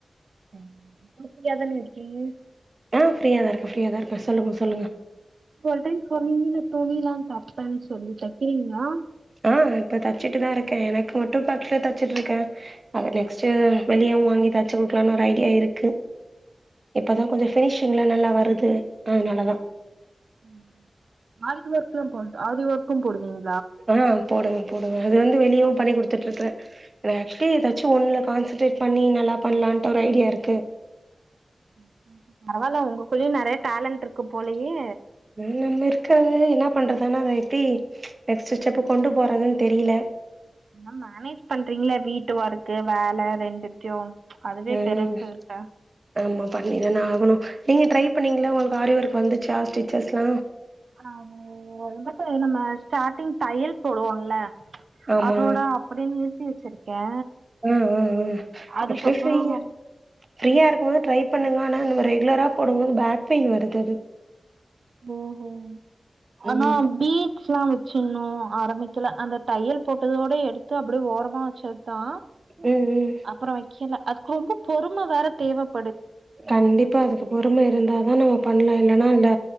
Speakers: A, on the right; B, on the right.
A: <unintelligible> ஃப்ரீயாதான இருக்கீங்க
B: ஆ ஃப்ரீயா தா இருக்கே ஃப்ரீயா தா இருக்கே சொல்லுங்க சொல்லுங்க
A: போன டைம் சொன்னீங்கன்னு துணியெல்லா தச் ஃப்ரண்ட்ஸ் சொல்லி தக்கிறீங்களா
B: ஆ இப்ப தச்சுட்டுதா இருக்கே எனக்கு மட்டு <unintelligible> தச்சுட்டு இருக்கே அத நெக்ஸ்ட்உ வெளியவு வாங்கி தச்சி குடுக்கலான்னு ஒரு ஐடியா இருக்கு இப்பதா கொஞ்ச ஃபினிஷிங்ளா நல்லா வர் ருது அதனாலதா
A: ம் ஆரி ஒர்க்கெல்லா போட் ஆரி ஒர்க்கும் போடுவிங்
B: ஆ போடுவே போடுவே அது ரெண்டு வேலயு பண்ணி குடுத்துட்ருக்கற இதுல ஆக்சுவலி ஏதாச்சு ஒண்ணுல கான்சன்ட்ரேட் பண்ணி நல்லா பண்லான்ட்டு ஒரு ஐடியா இருக்கு
A: ம் ம் பரவால்ல உங்கக்குள்ளயு நெறைய டேலண்ட் இருக்கு போலயே
B: ம் நம்ம இருக்கவே என்னா பண்றது ஆனா இத எப்டி நெக்ஸ்ட் ஸ்டெப் கொண்டு போறதுன்னு தெரியல
A: ஆனா மேனேஜ் பண்றீங்களே வீட்டு ஒர்க் வேல ரெண்டுத்தையு அதுவே
B: ம்
A: பெருசு இல்ல
B: ஆமா பண்ணிதான ஆகணு நீங்க ட்ரை பண்ணீங்களா உங்களுக்கு ஆரி ஒர்க் வந்துச்சா ஸ்டிச்சஸ்லா
A: ஆனா அது இதுக்கு நம்ம ஸ்டார்டிங் தையல் போடுவோம்ல
B: ஆமா
A: அதோட அப்டினு தச்சி வச்சிருக்கே
B: ஆ ஆ ஆ
A: அதுக்கப்புறோ
B: ஆக்சுவலி செய்ங்க ஃப்ரீயா இருக்கும்போது ட்ரை பண்ணுங்க ஆனா நம்ம ரெகுலரா போடும் போது பேக் பெயின் வருது அது
A: ஓஹோ
B: ம்
A: ஆனா பீச் ல்லா வச்சிடணு ஆரம்பிக்கல அந்த தையல் போட்டதோடே எடுத்து அப்டியே ஓரமா வச்சதுதா
B: ம் ம்
A: அப்பறோ வைக்கல அதுக்கு ரொம்ப பொறும வேற தேவப்
B: கண்டிப்பா அதுக்கு பொறுமை இருந்தாதா நம்ம பண்லா இல்லான இல்ல